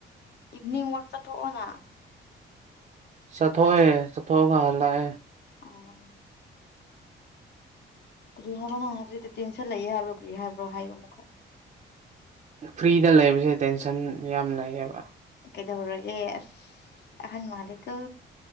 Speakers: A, on the left; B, on the right.
A: ꯏꯚꯤꯅꯤꯡ ꯋꯥꯛ ꯆꯠꯊꯣꯛꯑꯣꯅ
B: ꯆꯠꯊꯣꯛꯑꯦ ꯆꯠꯊꯣꯛꯑꯒ ꯍꯥꯜꯂꯛꯑꯦ
A: ꯑꯣ ꯀꯔꯤ ꯍꯥꯏꯕ ꯅꯪ ꯍꯥꯏꯕꯖꯤꯗꯤ ꯇꯦꯟꯁꯟ ꯂꯩꯑꯦ ꯍꯥꯏꯕ꯭ꯔꯣ ꯀ꯭ꯔꯤ ꯍꯥꯏꯕ꯭ꯔꯣ ꯍꯥꯏꯌꯨ ꯑꯃꯨꯛꯀ
B: ꯐ꯭ꯔꯤꯗ ꯂꯩꯕꯁꯦ ꯇꯦꯟꯁꯟ ꯌꯥꯝ ꯂꯩꯌꯦꯕ
A: ꯀꯩꯗꯧꯔꯒꯦ ꯑꯁ ꯑꯍꯟ ꯃꯥꯜꯂꯦꯀꯣ